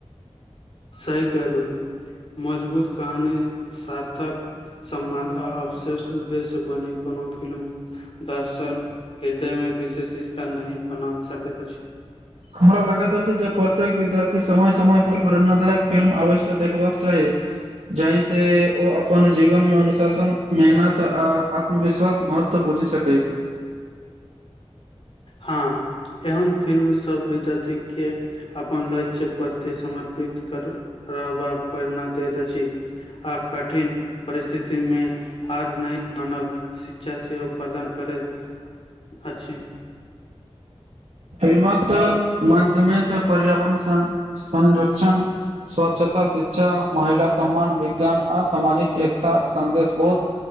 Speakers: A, on the left; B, on the right.
A: सही कहलहुं। मजबूत कहानी, सार्थक सम्वाद आ अवशेष्ट उद्देश्य बनी कोनो फिल्म दर्शन, हृदय मे विशेष स्थान नहि बना सकैत अछि।
B: हमरा लगैत अछि जे प्रत्येक विद्यार्थी के समय समय पर प्रेरणादायक फिल्म अवश्य देखबाक चाही। जाहि से ओ अपन जीवन मे अनुशासन मेहनत आ आत्मविश्वास महत्व बुझि सकै।
A: हँ, एहन फिल्म सब विद्यार्थी के अपन लक्ष्यक प्रति समर्पित कर रहबाक प्रेरणा दैत अछि। आ कठिन परिस्थिति मे हार नहि मानब शिक्षा सेहो प्रदान करैत अछि।
B: फिल्मक माध्यमेसँ पर्यावरण संरक्षण स्वच्छता, शिक्षा, महिला सम्मान, विज्ञान आ सामाजिक एकता सन्देश बहुत